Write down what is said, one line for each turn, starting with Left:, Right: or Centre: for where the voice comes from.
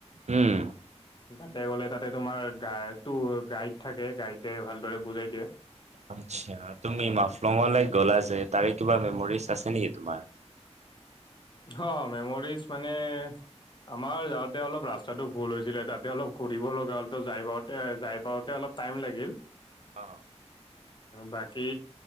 Right: উম।
Left: তাতে গ'লে তাতে তোমাৰ, গাটো, গাইড থাকে, গাইডে ভালদৰে বুজাই দিয়ে।
Right: আচ্ছা, তুমি মাফলঙলৈ গ'লা যে, তাৰে কিবা মেমৰিজ আছে নেকি তোমাৰ?
Left: অ', মেমৰিজ মানে আমাৰ যাওঁতে অলপ ৰাস্তাটো ভুল হৈছিলে, তাতে অলপ ঘূৰিব লগা হল, ত' যাই পাওঁতে যাই পাওঁতে অলপ টাইম লাগিল।
Right: অ'।
Left: বাকী,